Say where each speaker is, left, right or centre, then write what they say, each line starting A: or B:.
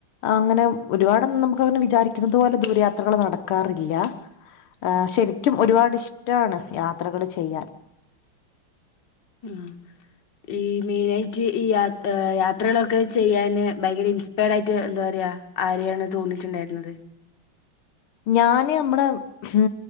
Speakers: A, on the left (about 85°); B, on the left (about 60°).
A: അങ്ങനെ ഒരുപാട് ഒന്നും നമുക്ക് അങ്ങനെ വിചാരിക്കുന്നതോ ദൂരയാത്ര ത്ര നടക്കാറില്ല ആഹ് ശെരിക്കും ഒരുപാട് ഇഷ്ടാണ് യാത്രകൾ ചെയ്യാൻ
B: ഉം ഈ മെയിന ആയിട്ട് ഈ യാത്രകളൊക്കെ ചെയ്യാാന് ഭയങ്കര ഇൻസ്പയർഡ ആയിട്ട് എന്താ പറയാ ആരെയാണ് തോന്നിട്ടുണ്ടായിരുന്നത്
A: ഞാന് നമ്മടെ ഉ